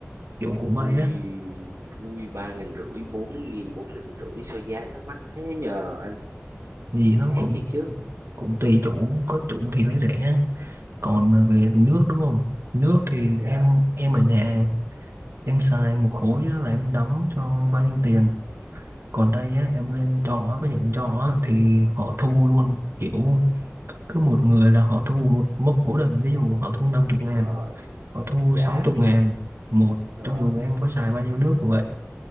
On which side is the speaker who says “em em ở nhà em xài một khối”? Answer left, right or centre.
Right